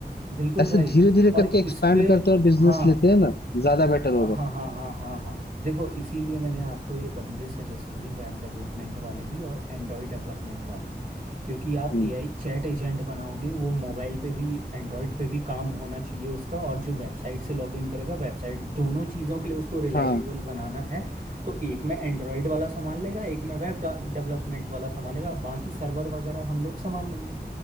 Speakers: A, on the right; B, on the left.
A: बिल्कुल
B: ऐसे
A: भाई
B: धीरे धीरे
A: और
B: करके एक्सपैंड
A: इस पे
B: करते हैं और बिजनेस
A: हाँ
B: लेते हैं ना ज्यादा बेटर
A: हाँ
B: होगा
A: हाँ हाँ हाँ हाँ देखो इसीलिए मैंने आपको ये बंदे सजेस्ट किए वेब डेवलपमेंट वाले भी और एंड्रॉयड डेवलपमेंट वाले भी क्योंकि आप
B: हम्म,
A: एआई चैट एजेंट बनाओगे वो मोबाइल पे भी एंड्रॉयड पे भी काम होना चाहिए उसका और जो वेबसाइट से लॉगिन करेगा वेबसाइट दोनों चीज़ों के लिए उसको रिलायबल
B: हाँ
A: बनाना है तो एक में एंड्रॉयड वाला संभाल लेगा एक में वेब डेवलपमेंट वाला संभालेगा बाकी सर्वर वगैरह हम लोग संभाल लेंगे